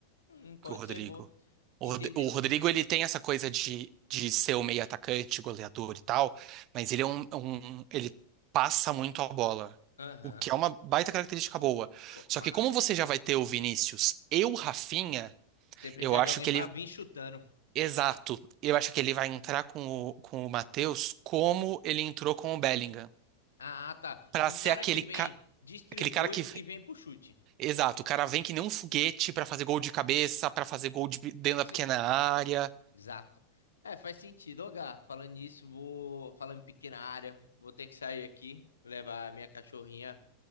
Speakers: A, on the left (about 70°); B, on the right (about 35°).
A: Hum, pode
B: que o Rodrigo.
A: ser boa.
B: O,
A: Entendeu?
B: Rod- o Rodrigo, ele tem essa coisa de, de ser o meio atacante, goleador e tal, mas ele é um, é um- ele passa muito a bola.
A: Aham.
B: O que é uma baita característica boa. Só
A: Mas
B: que como você já vai ter o Vinícius e o Rafinha,
A: você precisa
B: Eu acho
A: de alguém
B: que
A: para
B: ele.
A: vir chutando.
B: Exato. Eu acho que ele vai entrar com o, com o Matheus como ele entrou com o Bellingham.
A: Ah, tá.
B: Pra
A: Um
B: ser
A: cara
B: aquele,
A: que vem,
B: ca...
A: distribui
B: aquele cara que.
A: e vem pro chute.
B: Exato, o cara vem que nem um foguete pra fazer gol de cabeça, pra fazer gol de... dentro
A: Sim.
B: da pequena área.
A: Exato. É, faz sentido. Ô, Gá, falando nisso, vou. Falando em pequena área, vou ter que sair aqui, levar a minha cachorrinha